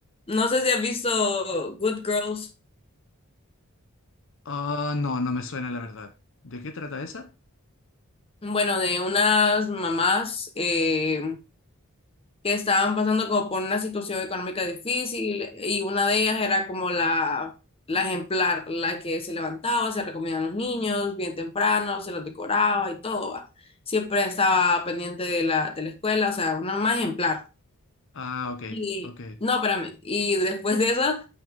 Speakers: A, on the left; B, on the left.
A: no sé si has visto Good Girls,
B: Ah, no, no me suena la verdad. ¿De qué trata esa?
A: bueno, de unas mamás eh, que estaban pasando como por una situación económica difícil y una de ellas era como la, la ejemplar, la que se levantaba, se recomendaba a los niños bien temprano, se los decoraba y todo, va. Siempre estaba pendiente de la, de la escuela, o sea, una mamá ejemplar.
B: Ah, ok,
A: Y,
B: ok.
A: no, espérame, y después de eso,